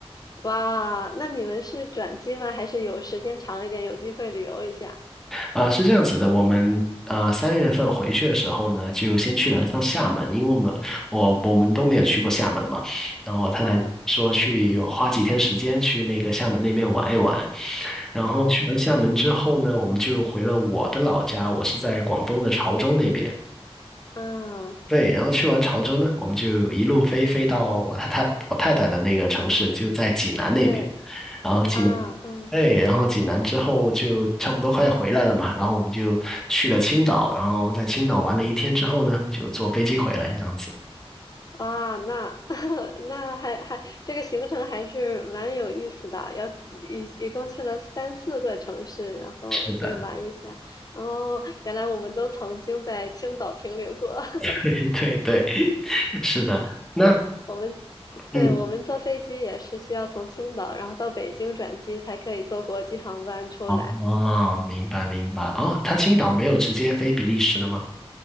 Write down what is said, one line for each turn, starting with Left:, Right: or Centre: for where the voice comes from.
Left: 哇，那你们是转机吗？还是有时间长一点，有机会旅游一下？
Centre: 啊，是这样子的，我们啊三月份回去的时候呢，就先去了趟厦门，因为我们我我们都没有去过厦门嘛，然后我太太说去花几天时间去那个厦门那边玩一玩，
Left: 嗯，
Centre: 然后去完厦门之后呢，
Left: 好，
Centre: 我们就回了我的老家，我是在广东的潮州那边。
Left: 嗯，
Centre: 对，然后去完潮州呢，我们就一路飞飞到我太太我太太的那个城市，就在济南那边。
Left: 对，
Centre: 然后济南，
Left: 啊，嗯，
Centre: 对，然后济南之后就差不多快回来了嘛，然后我们就去了青岛，然后在青岛玩了一天之后呢，就坐飞机回来这样子。
Left: 哇，那 <laughs> 那还还这个行程还是蛮有意思的，要一一共去了三四个城市，然后可以玩一下。
Centre: 是的，
Left: 哦，原来我们都曾经在青岛停留过。<laughs>
Centre: <laughs> 对对，对，是的。那
Left: 对，我们，
Centre: 嗯，
Left: 对，我们坐飞机也是需要从青岛，然后到北京转机才可以坐国际航班出来。
Centre: 哦，明白明白。哦，他青岛没有直接飞比利时的吗？